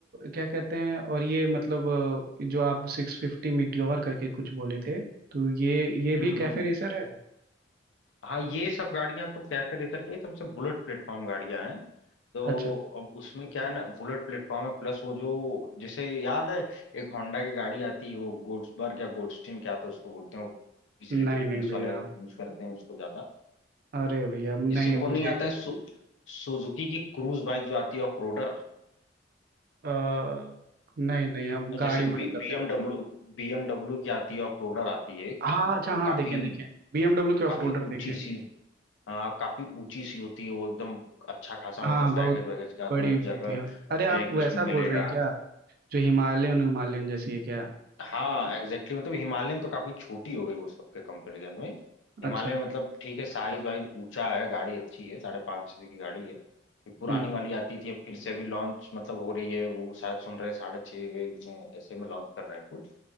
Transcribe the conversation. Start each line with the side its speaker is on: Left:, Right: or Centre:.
Right: क्या कहते हैं और ये मतलब अ, जो आप सिक्स फिफ्टी मिट्योर करके कुछ बोले थे तो ये ये भी
Left: हम्म
Right: कैफे
Left: हम्म
Right: रेसर है
Left: हाँ ये सब गाड़ियां तो कैफे रेसर के ही सबसे बुलेट प्लेटफॉर्म गाड़ियां हैं तो
Right: अच्छा
Left: अब उसमें क्या है ना बुलेट प्लेटफॉर्म है प्लस वो जो जैसे याद है एक होंडा की गाड़ी आती है वो गोड्सबर्ग या गोडस्टीन क्या आता है उसको बोलते हैं वो पीछे
Right: नहीं
Left: रहती है
Right: नहीं
Left: पुलिस
Right: भैया
Left: वाले यूज
Right: अब-
Left: करते हैं उसको ज्यादा
Right: अरे भैया अब
Left: जैसे
Right: नहीं
Left: वो
Right: मुझे
Left: नहीं आता है सु, सुजुकी की क्रूज बाइक जो आती है ऑफ रोडर
Right: अ, नहीं नहीं हम
Left: जैसे
Right: गाड़ी उड़ी
Left: बी
Right: कब
Left: बीएमडब्ल्यू
Right: जानी है।
Left: बीएमडब्ल्यू की आती है ऑफ रोडर आती है एक,
Right: हाँ अच्छा
Left: वो
Right: हाँ
Left: काफी
Right: देखें देखें बीएमडब्ल्यू के ऑफ
Left: काफी
Right: रोडर देखें
Left: ऊंची सी हाँ काफी ऊंची सी होती है वो एकदम अच्छा खासा
Right: हाँ
Left: मतलब
Right: हाँ, बहुत
Left: बैगेज वैगेज का
Right: बड़ी
Left: तुम्हें
Right: हो
Left: जगह
Right: गई थी हाँ अरे आप
Left: जो है कि
Right: वैसा
Left: उसमें मिलेगा
Right: बोल रहे हैं क्या जो हिमालयन हिमालयन जैसी है क्या
Left: हाँ एग्जैक्टली exactly, मतलब हिमालयन तो काफी छोटी हो गई वो सबके कंपैरिजन में
Right: अच्छा
Left: हिमालयन मतलब ठीक है साइज वाइज ऊंचा है गाड़ी अच्छी है साढ़े पाँच सौ की गाड़ी है फिर पुरानी
Right: हम्म
Left: वाली आती थी अब फिर से अभी लॉन्च मतलब हो रही है वो शायद सुन रहे हैं साढ़े छः में ऐसे में लॉन्च कर रहे हैं कुछ